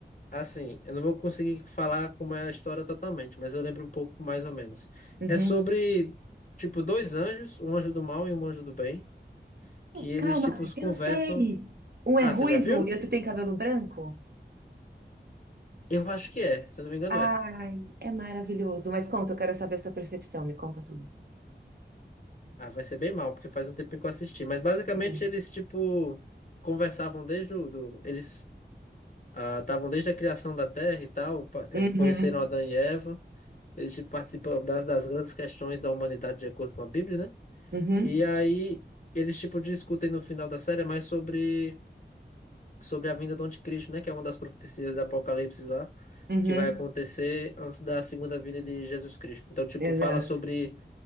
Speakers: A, on the left (about 45°); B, on the right (about 60°).
A: assim, eu não vou conseguir falar como é a história totalmente, mas eu lembro um pouco mais ou menos.
B: Uhum.
A: É sobre, tipo, dois anjos, um anjo do mal e um anjo do bem, que eles,
B: Calma,
A: tipo,
B: eu
A: conversam.
B: sei! Um
A: Ah,
B: é ruivo
A: você já viu?
B: e outro tem cabelo branco?
A: Eu acho que é, se eu não me engano
B: Ai,
A: é.
B: é maravilhoso. Mas conta, eu quero saber a sua percepção. Me conta tudo.
A: Ah, vai ser bem mal, porque faz um tempinho que eu assisti. Mas basicamente
B: Hum.
A: eles, tipo, conversavam desde o... Do, eles ah, estavam desde a criação da Terra e tal, pa- eh,
B: Uhum,
A: conheceram Adão e Eva. Eles, tipo, participam das, das grandes questões da humanidade de acordo com a Bíblia, né?
B: uhum,
A: E aí eles, tipo, discutem no final da série mais sobre, sobre a vinda do Anticristo, né? Que é uma das profecias do Apocalipse lá,
B: uhum.
A: que vai acontecer antes da segunda vinda de Jesus Cristo. Então, tipo,
B: Exato.
A: fala sobre